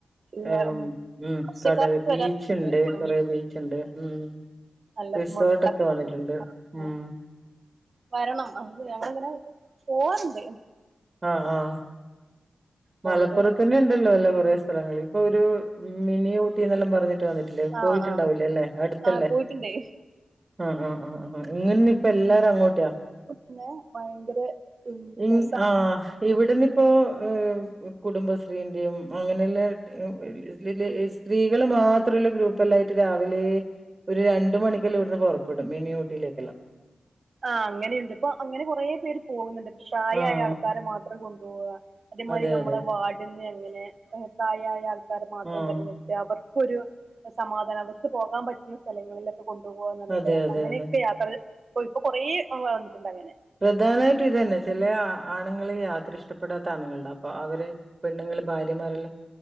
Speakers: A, on the right; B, on the right.
A: ഇല്ല
B: ഏഹ്
A: ഉം
B: ഉം
A: വർഷക്കാലത്ത്
B: കടല് ബീച്ച്ണ്ട്
A: വരാൻ നല്ല ഭംഗി
B: കൊറേ ബീച്ച്ണ്ട് ഉം
A: നല്ല
B: റിസോട്ടൊക്കെ
A: വെള്ളക്കാലം
B: വന്നിട്ടുണ്ട് ഉം
A: ആഹ് വരണം അത് ഞങ്ങളിങ്ങനെ പോവാർണ്ട്
B: ആഹ് ആഹ്
A: പോണത്.
B: മലപ്പുറത്തെന്നെ ഇണ്ടല്ലോ അല്ലോ കൊറേ സ്ഥലങ്ങള് ഇപ്പൊ ഒരു മിനി ഊട്ടിന്നെല്ലാം പറഞ്ഞിട്ട് വന്നിട്ടില്ലേ
A: ആഹ്
B: പോയിട്ടുണ്ടാവൂലലേ
A: ആഹ്
B: അടുത്തല്ലേ
A: ആഹ് പോയിട്ടുണ്ട്
B: ആഹ് ആഹ് ആഹ് ആഹ് ഇങ്ങ്ന്ന് ഇപ്പെ എല്ലാരും അങ്ങോട്ടെയാ
A: ന്നെ ഭയങ്കര ഉം
B: ഇങ്
A: രസാണ്
B: ആഹ് ഇവിടുന്ന് ഇപ്പോ ഏഹ് കുടുംബശ്രീന്റെയും അങ്ങനെല്ലെ ഇതില് സ്ത്രീകള് മാത്രള്ള ഗ്രൂപ്പല്ലായ്ട്ട് രാവിലെ ഒര് രണ്ട് മണിക്കെല്ലാം ഇവിടുന്ന് പുറപ്പെടും മിനി ഊട്ടിയിലേക്കെല്ലാം
A: ആഹ് അങ്ങനീണ്ട് ഇപ്പൊ അങ്ങനെ കൊറെ പേര് പോകുന്നുണ്ട് ഇപ്പൊ പ്രായമായ
B: ആഹ്
A: ആൾക്കാരെ മാത്രം കൊണ്ടുപോവ അതേമാതിരി
B: അതെ
A: ന്നമ്മളെ
B: അതെ
A: വാർട്ന്ന് എങ്ങനെ പ്രായായ ആൾക്കാർ മാത്രം
B: ആഹ്
A: തിരഞ്ഞെട് അവർക്കൊരു സമാധാനം അവർക്ക് പോകാൻ പറ്റിയ സ്ഥലങ്ങളിലൊ കൊണ്ടുപോവാർഞ്ഞിട്ട്
B: അതെ അതെ
A: അങ്ങനെയെക്കെ
B: അതെ
A: യാത്ര പ്പൊ ഇപ്പൊ കൊറേ വന്നിട്ടുണ്ട് അങ്ങനെ
B: പ്രധാനായിട്ടും ഇതെന്നെ ചെലെ ആണുങ്ങൾ യാത്ര ഇഷ്ടപ്പെടാത്ത ആണുങ്ങൾണ്ടാവും അപ്പോ അവര് പെണ്ണുങ്ങള് ഭാര്യമാരെല്ലാം